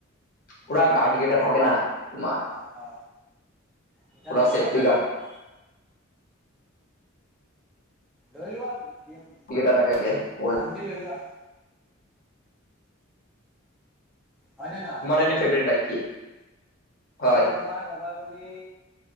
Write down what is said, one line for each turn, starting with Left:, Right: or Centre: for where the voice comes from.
Left: পুৰা
Centre: ল'বা
Left: গাৰ্ড
Centre: মানে
Left: গেইটা থাকে
Centre: চিধা।
Left: না তোমাৰ,
Centre: অ অ এতিয়া
Left: পুৰা
Centre: ল'বাই
Left: চেফটি
Centre: মানে
Left: গাৰ্ড।
Centre: তুমি ধই লোৱা বি এম
Left: <unintelligible>
Centre: <unintelligible> লৈ লোৱা। হয়নে নহয়?
Left: এনে ফেভৰেট বাইক কি? হয়
Centre: মোৰ তোমাৰ কবাগলি